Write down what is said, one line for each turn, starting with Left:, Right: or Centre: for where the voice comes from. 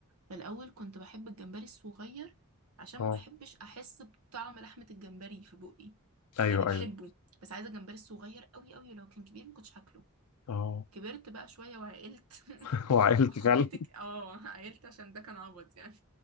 Right: في الأول كنت بحب الجمبري الصغير عشان
Left: اه
Right: ما بحبش أحس بطعم لحمة الجمبري في بقي
Left: ايوه
Right: يعني بحبه
Left: ايوه
Right: بس عايزة الجمبري الصغير قوي قوي ولو كان كبير ما كنتش هاكله
Left: اه
Right: كبرت بقى شوية وعقلت <laughs>
Left: <laughs> وعائلتي
Right: وحبيتك
Left: فعلا
Right: اه عقلت عشان ده كان عبط يعني